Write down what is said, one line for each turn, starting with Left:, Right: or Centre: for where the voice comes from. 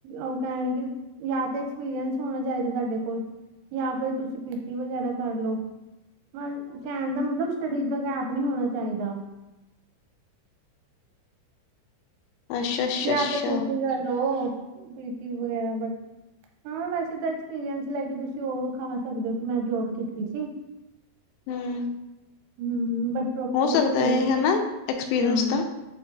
Right: ਉਹ ਕਹਿਣਗੇ ਜਾਂ ਤੇ ਐਕਸਪੀਰੀਅਸ ਹੋਣਾ ਚਾਹੀਦਾ ਤੁਹਾਡੇ ਕੋਲ ਜਾਂ ਫਿਰ ਤੁਸੀਂ ਪੀਟੀ ਵਗੈਰਾ ਕਰ ਲਓ। ਹਾਂ ਕਹਿਣ ਦਾ ਮਤਲਬ ਸਟਡੀਜ ਦਾ ਗੈਪ ਨਹੀਂ ਹੋਣਾ ਚਾਹੀਦਾ।
Left: ਅੱਛਾ ਅੱਛਾ
Right: ਜਾਂ
Left: ਅੱਛਾ
Right: ਤੇ ਪੀਟੀ ਕਰ ਲੋ ਪੀਟੀ ਵਗੈਰਾ ਬਟ ਹਾਂ ਵੈਸੇ ਤਾਂ ਐਕਸਪੀਰੀਅੰਸ ਲੈ ਕੇ ਤੁਸੀਂ ਉਹ ਵਿਖਾ ਸਕਦੇ ਹੋ ਕਿ ਮੈਂ ਜੋਬ ਕੀਤੀ ਸੀ।
Left: ਹਮ।
Right: ਹਮ ਬਟ ਪ੍ਰੋਪਰ
Left: ਹੋ
Right: ਐਕਸਪੀਰੀਅਂਸ
Left: ਸਕਦਾ ਹੈ ਹਨਾ ਐਕਸਪੀਰੀਅੰਸ
Right: ਹਮ
Left: ਤਾਂ